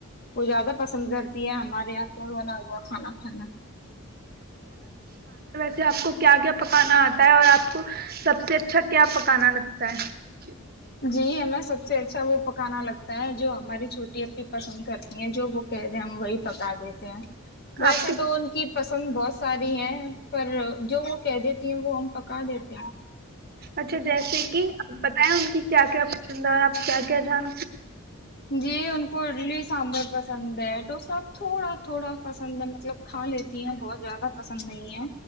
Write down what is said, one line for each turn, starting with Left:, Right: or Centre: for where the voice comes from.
Left: وہ زیادہ پسند کرتی ہے ہمارے یہاں کی بنا ہوا کھانا کھانا
Right: ج آپ کو کیا کیا پکانا آتا اور آپ کو سب سے اچھا کیا پکانا لگتا ہے <inaudible>
Left: جی ہمیں سب سے اچھا وہ پکانا لگتا ہے جو ہماری چھوٹی اپی پسند کرتی ہیں جو وہ کہہ دے ہم وہی پکا دیتے ہیں ویسے
Right: آپ کے
Left: تو ان کی پسند بہت ساری ہیں پر جو وہ کہہ دیتی ہیں وہ ہم پکا دیتے ہیں
Right: اچھا جیسے کہ آپ بتائیں ان کی کیا کیا پسند اور آپ کیا کیا جان
Left: جی ان کلی سانبر پسند ہے ڈوسا تھوڑا تھوڑا پسند ہے مطلب کھا لیتی ہیں بہت زیادہ پسند نہیں ہے